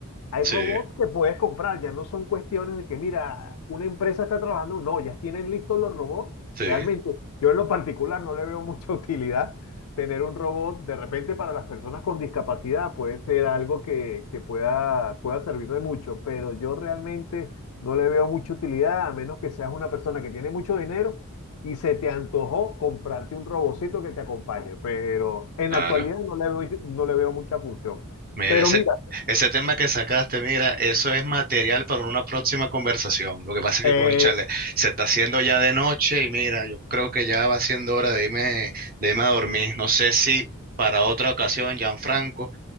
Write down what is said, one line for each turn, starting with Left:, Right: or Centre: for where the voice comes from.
Left: Hay
Right: Sí,
Left: robots que puedes comprar, ya no son cuestiones de que, mira, una empresa está trabajando, no, ya tienen listos los robots.
Right: sí,
Left: Realmente, yo en lo particular no le veo mucha <laughs> utilidad tener un robot. De repente, para las personas con discapacidad puede ser algo que, que pueda, pueda servir de mucho, pero yo realmente no le veo mucha utilidad, a menos que seas una persona que tiene mucho dinero y se te antojó comprarte un robocito que te acompañe. Pero en
Right: claro.
Left: la actualidad no le veo, no le veo mucha función.
Right: Mira,
Left: Pero
Right: ese,
Left: mira,
Right: ese tema que sacaste, mira, eso es material para una próxima conversación. Lo que pasa es
Left: Eh,
Right: que, conchale, se está haciendo ya de noche y mira, yo creo que ya va siendo hora de irme, de irme a dormir. No sé si para otra ocasión, Gianfranco,